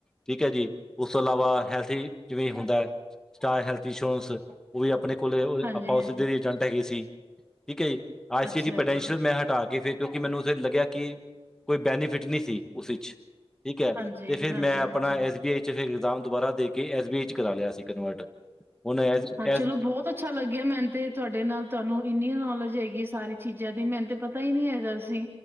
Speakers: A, in the centre; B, on the right (about 20°).
A: ਠੀਕ ਹੈ ਜੀ ਉਸ ਤੋਂ ਇਲਾਵਾ ਹੈਲਥ ਜਿਵੇਂ ਹੁੰਦਾ ਹੈ ਸਟਾਰ ਹੈਲਥ ਇੰਸ਼ੋਰੈਂਸ ਉਹ ਵੀ ਆਪਣੇ ਕੋਲ
B: ਹਾਂਜੀ-ਹਾਂਜੀ।
A: ਆਪਾਂ ਉਸਦੇ ਜੰਟ ਹੈਗੇ ਸੀ ਠੀਕ ਹੈ ਜੀ ਆ
B: ਅੱਛਾ
A: ਸੀਸੀ ਪੋਟੈਂਸ਼ੀਅਲ
B: ਜੀ,
A: ਮੈਂ ਹਟਾ ਕੇ ਫਿਰ ਕਿਉਂਕਿ ਮੈਨੂੰ ਤੁ ਲੱਗਿਆ ਕਿ ਕੋਈ ਬੈਨੀਫਿਟ ਨਹੀਂ ਸੀ ਉਸ ਵਿੱਚ ਠੀਕ ਹੈ
B: ਹਾਂਜੀ,
A: ਤੇ ਫੇਿਰ
B: ਹਾਂਜੀ,
A: ਮੈਂ ਆਪਣਾ
B: ਹਾਂਜੀ।
A: ਐਸ ਬੀ ਆਈ ਫਿਰ ਇਗਜ਼ਾਮ ਦੁਬਾਰਾ ਦੇ ਕੇ ਐਸ ਬੀ ਈ ਚ ਕਰਾ ਲਿਆ ਸੀ ਕਨਵਰਟ ਹੁਣ ਐਸ
B: ਹਾਂ ਚਲੋ
A: ਐਸ
B: ਬਹੁਤ ਅੱਛਾ ਲੱਗਿਆ ਮੈਨੂੰ ਤੇ ਤੁਹਾਡੇ ਨਾਲ ਤੁਹਾਨੂੰ ਇੰਨੀ ਨੌਲੇਜ ਹੈਗੀ ਸਾਰੀ ਚੀਜ਼ਾਂ ਦੀ ਮੈਨ ਤੇ ਪਤਾ ਹੀ ਨਹੀਂੀ ਹੈਗਾ ਅਸੀਂ